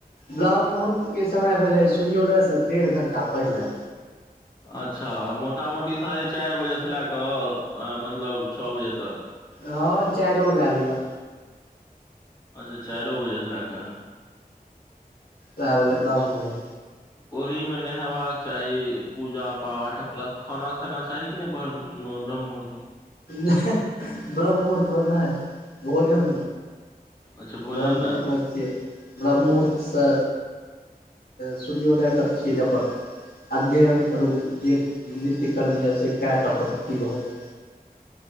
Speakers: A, on the left (about 75°); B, on the left (about 25°).
A: ब्रह्ममुहूर्तके समय भेलै सूर्योदयसँ डेढ़ घण्टा पहिले
B: अच्छा मोटा मोटी साढ़े चारि बजेसँ लए कऽ अ मतलब छओ बजे तक
A: हँ चायरो लए लिअ
B: अच्छा चारो बजे लेक
A: वएह भेलै
B: अच्छा
A: ब्राह्मण
B: ओहि मे नहेबाक चाही पूजा पाठ प्लस खाना खेना चाहि एखने ब्रह्ममुहूर्त मे
A: नहि ब्रह्ममुहूर्त नहि भोजन
B: अच्छा भोजन
A: ब्रह्ममुहर्त
B: नहि
A: मे केए ब्रह्ममुहूर्त सँ सूर्योदय तक छी अपन अध्ययन करू जे नित्य्यकर्म यऽ से कए कऽ अपन फ्री भऽ जाउ